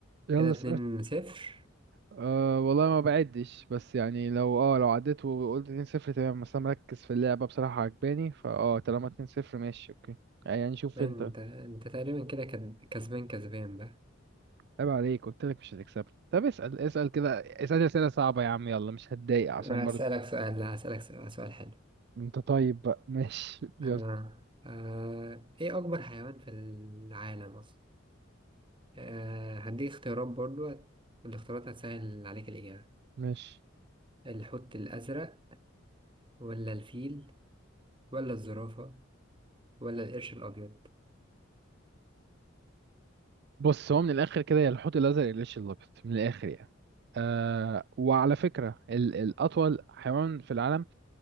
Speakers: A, on the right (about 55°); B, on the right (about 25°).
A: يلا
B: كده اتنين
A: اسأل
B: صفر
A: أه والله ما بعدش بس يعني لو اه لو عديت وقلت 2-0 تمام بس انا مركز في اللعبة بصراحة عجباني فاه طالما 2-0 ماشي اوكي يعني شوف
B: لا
A: انت
B: أنت أنت تقريبا كده كد- كسبان كسبان بقى
A: عيب عليك قلت لك مش هتكسبني طب اسأل اسأل كده اسأل أسئلة صعبة يا عم يلا مش هتضايق عشان
B: أنا
A: برضه
B: هسألك سؤال لا هسألك سؤال سؤال حلو
A: انت طيب بقى <laughs> ماشي يلا
B: آه. آه. ايه اكبر حيوان في العالم اصلا آه. هديك اختيارات برضو هت- والاختيارات هتسهل عليك الاجابة
A: ماشي
B: الحوت الازرق ولا الفيل ولا الزرافة ولا القرش الابيض
A: بص هو من الاخر كده يا الحوت الازرق يا الليش الابيض من الاخر يعني أه وعلى فكرة ال- الاطول حيوان في العالم